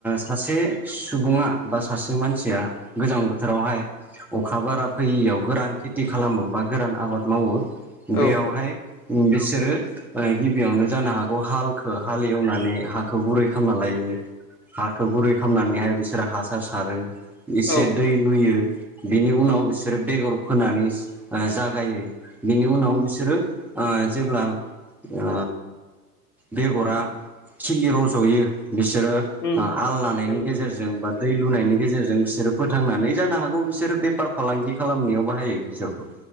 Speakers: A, in the centre; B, on the left.
A: सासे सुबुङा बा सासे मानसिया गोजां बोथोरावहाय अखा बारा फैयियाव गोरान खेथि खालामो बा गोरान आबाद मावो बेयावहाय
B: औ
A: बिसोरो गिबियावनो जानो हागौ हालखौ हाललि एवनानै हाखौ गुरै खालामना लायो हाखौ गुरै खालामनानैहाय बिसोरो हासार सारो एसे
B: औ
A: दै लुयो बेनि उनाव बिसोरो बेगर होनानै जागायो बिनि उनाव बिसोरो ओ जेब्ला ओ बेगरा खिलि रज'यो बिसोरो
B: उम
A: आल लानायनि
B: नंगौ
A: गेजेरजों बा दै लुनायनि गेजेरजों बिसोरो फोथांनानै जानो हागौ बिसोरो बेफार फालांगि खालामनायाव बा हायो बिसोरखौ